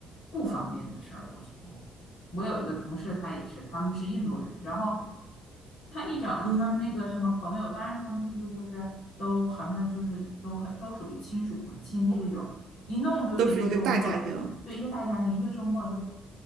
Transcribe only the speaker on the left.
不方便的事儿。我觉得我有一个同事，他也是，他们是印度人，然后他一整他们那个什么朋友，
当然他们印度就是都好像就是都很都属于亲属嘛，亲戚这种，一弄就是一个周末，
对，一个大家庭，一个周末就